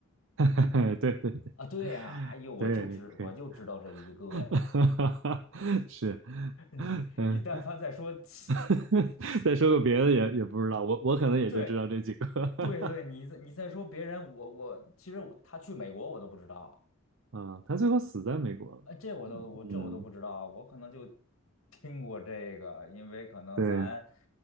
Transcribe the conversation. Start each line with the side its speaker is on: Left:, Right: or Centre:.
Right: <laughs> 对对对
Left: 啊？对呀，哎呦，我就知我就知道这一个呀。
Right: 对，可以，<laughs> 是，
Left: <laughs> 你你但凡再说其
Right: 嗯，<laughs> 再说个别的也也不知道，我我可能也就知道这几个。
Left: 对
Right: <laughs>
Left: 对对，你再你再说别人，我我其实我他去美国我都不知道。
Right: 啊，他最后死在美国了。
Left: 啊，这我都我这我都不知道，
Right: 嗯，
Left: 我可能就听过这个，因为可能咱
Right: 对